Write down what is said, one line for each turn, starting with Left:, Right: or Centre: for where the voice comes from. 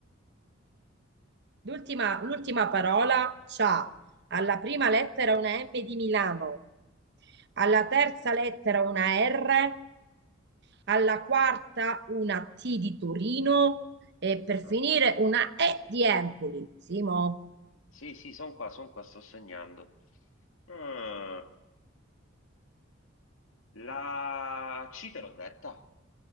Right: L'ultima l'ultima parola c'ha alla prima lettera una M di Milano, alla terza lettera una R, alla quarta una T di Torino e per
Left: Ah,
Right: finire una E di Empoli. Simo,
Left: Sì, sì, sono qua, sono qua, sto segnando. Ah, la C te l'ho detta.